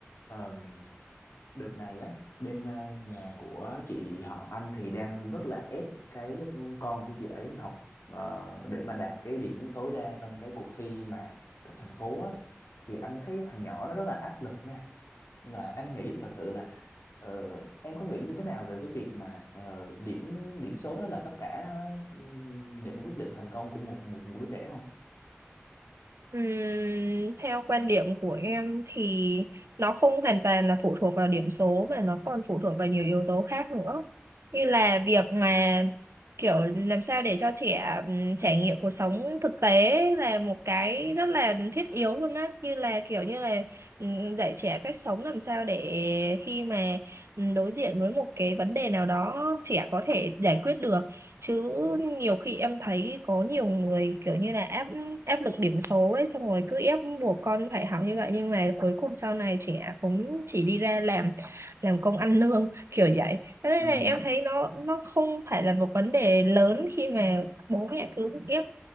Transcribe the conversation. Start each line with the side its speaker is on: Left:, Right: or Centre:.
Left: Ờm, đợt này á bên ờ, nhà của chị họ anh thì đang rất là ép cái con của chị ấy học ờ, để mà đạt cái điểm tối đa trong cái cuộc thi mà cấp thành phố á thì anh thấy thằng nhỏ nó rất là áp lực nha và anh nghĩ là thật sự là ờ, em có nghĩ như thế nào về cái việc mà ờ, điểm điểm số đó là tất cả ờ, để mà quyết định thành công của một một một đứa trẻ không?
Right: Ừm, theo quan điểm của em thì nó không hoàn toàn là phụ thuộc vào điểm số mà nó còn phụ thuộc vào nhiều yếu tố khác nữa như là việc mà kiểu làm sao để cho trẻ ừm, trải nghiệm cuộc sống thực tế là một cái rất là thiết yếu luôn á như là kiểu như là ừm, dạy trẻ cách sống làm sao để khi mà ừm, đối diện với một cái vấn đề nào đó trẻ có thể giải quyết được chứ nhiều khi em thấy có nhiều người kiểu như là áp áp lực điểm số ấy xong rồi cứ ép buộc con phải học như vậy nhưng mà cuối cùng sau này trẻ cũng chỉ đi ra làm làm công ăn lương <laughs> kiểu vậy Thế nên
Left: Ừ,
Right: là em thấy nó nó không phải là một vấn đề lớn khi mà bố mẹ cứ ép